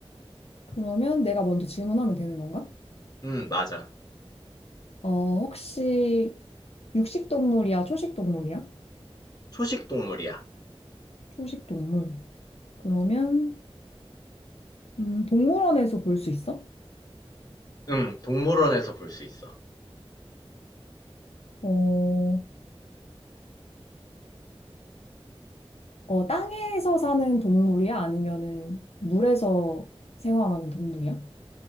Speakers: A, on the left; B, on the left.
A: 그러면 내가 먼저 질문하면 되는 건가?
B: 음, 맞아.
A: 어, 혹시 육식 동물이야? 초식 동물이야?
B: 초식 동물이야.
A: 초식 동물. 그러면, 음, 동물원에서 볼 수 있어?
B: 음, 동물원에서 볼 수 있어.
A: 어, 어, 땅에서 사는 동물이야? 아니면은 물에서 생활하는 동물이야?